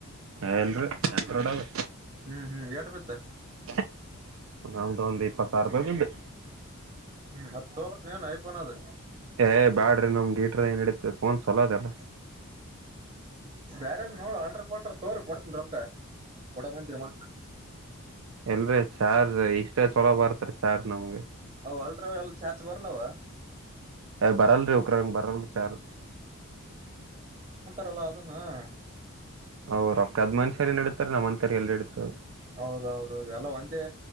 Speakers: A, on the right (about 60°); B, on the right (about 30°).
A: ಹ ಎಲ್ರು ಆಂಡ್ರಾಯ್ಡ್
B: ಹ್ಮ್ ಹ್ಮ್ ಎಟ್ ಬಿತ್ತ <inaudible>
A: ಎ ನಮ್ದು ಒಂದ್ ಇಪ್ಪತ್ ಸಾವಿರ ರೂಪಾಯಿ ಬಂದುು
B: ಮತ್ತ ನೀವನ್ ಯಪೋನ ಅದ
A: ಏ್ ಬ್ಯಾಡ್ರಿ ನಮಗೆ ಗಿಟ್ರ ಏನ್ ಹಡತ ಫೋನ್ ಚಲೋದಲ್ಲ
B: ಬೇರೆ್ ನೋಡ ಅಲ್ಡ್ರ ಬಲ್ಟ್ರ ತೋರ್ ಕೊಡ್ನ್ ರೊಕ್ಕ ಕೊಡಕಂತೀರಿ ಮತ್
A: ಎಲ್ರಿೀ ಚಾರ್ ಇಷ್ಟ ಚಲೋ ಬರ್ತರಿ ಚಾರ್ಜ್ ನಮ್ಗೆ
B: ಅ ಅಲ್ಟ್ರಾವಲ್ ಚಾರ್ಜ್ ಬರ್ಲವ
A: ಅ ಬರಲ್ಲ ರೀ ಒಕರ ಬರಲ್ಲ ರೀ ಚಾರ್
B: ರಲ್ಲ ಅದನಾ <unintelligible>
A: ಅವ್ ರೊಕ್ಕದ್ ಮನುಷ್ಯರಿ ಏನ್ ಇಡ್ತಾರೆ ನಮ್ಮಂತರಿ ಎಲ್ಲಿ ಇಡ್ತಾರೆ
B: ಹೌದೌದೌದು ಎಲ್ಲ ಒಂದೇ